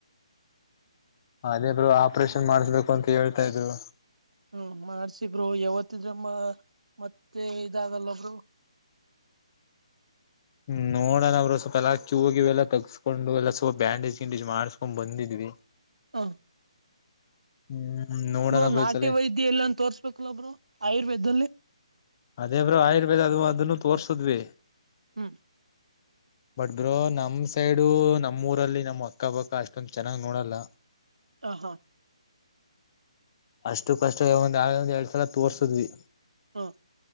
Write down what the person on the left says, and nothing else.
ಅದೇಬ್ರು ಆಪರೇಷನ್ ಮಾಡ್ಸ್ಬೇಕು ಅಂತ ಹೇಳ್ತಾ ಇದ್ರು
ಹ್ಮ್ ನೋಡೋಣ ಅವರು ಸ್ವಲ್ಪ ಎಲ್ಲಾ ಕ ಹೋಗಿ ಎಲ್ಲ ತಗಸ್ಕೊಂಡು ಎಲ್ಲಾ ಸ್ವಪ ಬ್ಯಾಂಡೇಜ್ ಗಿಂಡೇಜ್ ಮಾಡ್ಸ್ಕೊಂಡ್ ಬಂದಿದ್ವಿ
ಹ್ಮ್ ನೋಡೋಣ
ಬ್ರೋ
ಈ ಸಲಿ
ಅದೇ ಬ್ರ ಆಯುರ್ವೇದ ಅದು ಅದನ್ನು ತೋರ್ಸದ್ವಿ
ಬಟ್ ಬ್ರೋ ನಮ್ ಸೈಡು ನಮ್ಮ್ ಊರಲ್ಲಿ ನಮ್ಮ್ ಅಕ್ಕಬಕ್ಕ ಅಷ್ಟೊಂದ ಚೆನ್ನಾಗ್ ನೋಡಲ್ಲ
ಅಷ್ಟು ಕಷ್ಟ ಒಂದ ಒಂದ್ ಎರಡ್ ಸಲ ತೋರ್ಸದ್ವಿ